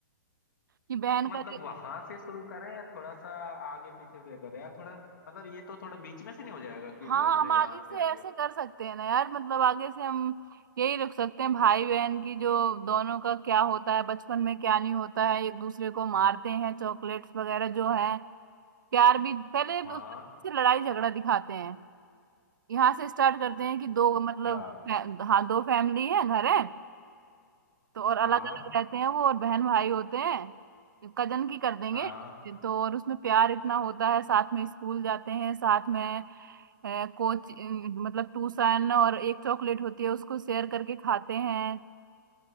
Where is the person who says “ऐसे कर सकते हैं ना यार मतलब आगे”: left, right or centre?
Right